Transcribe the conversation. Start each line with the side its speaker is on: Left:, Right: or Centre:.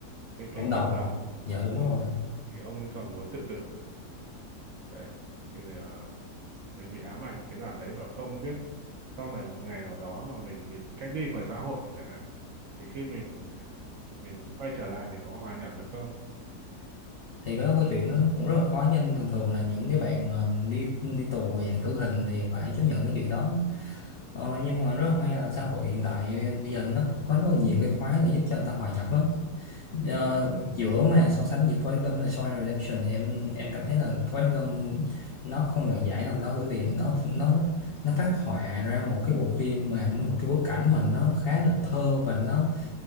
Right: cái
Left: cộng
Right: cái
Left: đồng
Right: cộng đồng
Left: dạ đúng
Right: ừ.
Left: rồi
Right: thì ông ấy còn muốn tự tử nữa đấy thì à, mình bị ám ảnh cái đoạn đấy và không biết sau này một ngày nào đó mà mình bị cách ly khỏi xã hội chẳng hạn thì khi mình à, mình quay trở lại mình có hòa nhập được không
Left: thì có câu chuyện nó cũng rất là khó với anh thường thường là những cái bạn mà đi đi tù dạng tử hình thì phải chấp nhận cái chuyện đó ờ,
Right: ừ,
Left: nhưng mà rất là may là xã hội hiện đại bây giờ nó cũng có rất là nhiều cái khóa để giúp cho người ta hòa nhập á
Right: đúng
Left: Ờ,
Right: rồi đúng
Left: giữa
Right: rồi
Left: mà so sánh giữa Forrest Gump là Shawshank Redemption thì em em cảm thấy là Forrest Gump nó không đoạt giải năm đó bởi vì nó nó
Right: ờ
Left: nó phát họa ra một cái bộ phim mà nó một cái bối cảnh mà nó khá là thơ và nó